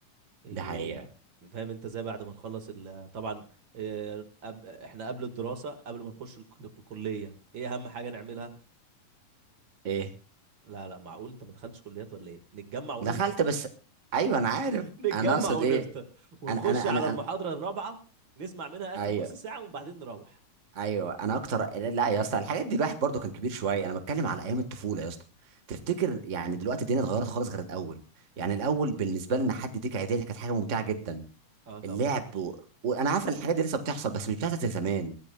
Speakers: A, on the right (about 45°); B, on the right (about 80°).
A: إيه
B: ده حقيقة
A: فاهم انت ازاي بعد ما نخلص ال... طبعا إيه قبل... احنا قبل الدراسة قبل ما نخش الك... الكلية ايه اهم حاجة نعملها
B: إيه
A: لا لا معقول انت ما دخلتش كليات ولا ايه نتجمع ونفطر
B: دخلت بس أيوه أنا عارف
A: <laughs> نتجمع
B: أنا أقصد
A: ونفطر
B: إيه
A: ونخش
B: أنا أنا
A: على
B: أنا
A: المحاضرة
B: أنا
A: الرابعة نسمع منها اخر
B: أيوه
A: نص ساعة وبعدين نروح
B: أيوه أنا أكتر لا يا اسطى الحاجات دي الواحد برضو كان كبير شوية أنا بتكلم على أيام الطفولة يا اسطى تفتكر يعني دلوقتي الدنيا اتغيرت خالص غير الأول يعني الأول بالنسبة لنا حد يديك عيدية دي كانت حاجة ممتعة جدا
A: اه طبعا
B: اللعب و... وانا عارف ان الحاجات دي لسه بتحصل بس مش بتحصل زي زمان